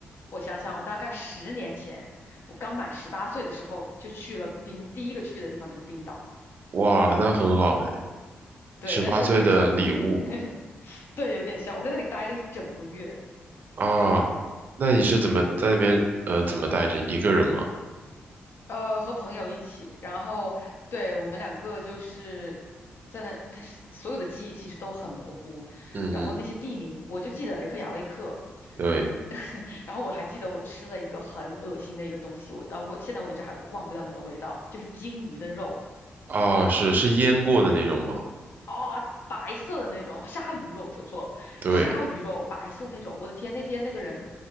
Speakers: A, on the left (about 65°); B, on the right (about 50°).
A: 我想想，我大概十年前，我刚满十八岁的时候就去了冰，第一个去的地方就是冰岛。
B: 哇，那很好哎，
A: 对，
B: 十八岁的礼物
A: 但是那个时候，<laughs> 对，有点像，我在那里待了一整个月。
B: 啊，那你是怎么在那边呃怎么带着一个人吗？
A: 呃，和朋友一起，然后对我们两个就是在那，他是所有的记忆其实都很模糊，
B: 嗯嗯，
A: 然后那些地名我就记得雷克雅未克，
B: 对
A: <laughs> 然后我还记得我吃了一个很恶心的一个东西，我到我现在为止还忘不掉那个味道，就是鲸鱼的肉
B: 啊，是是腌过的那种吗？
A: 啊、白色的那种鲨鱼肉，说错了，
B: 对。
A: 鲨鱼肉白色那种，我的天，那天那个人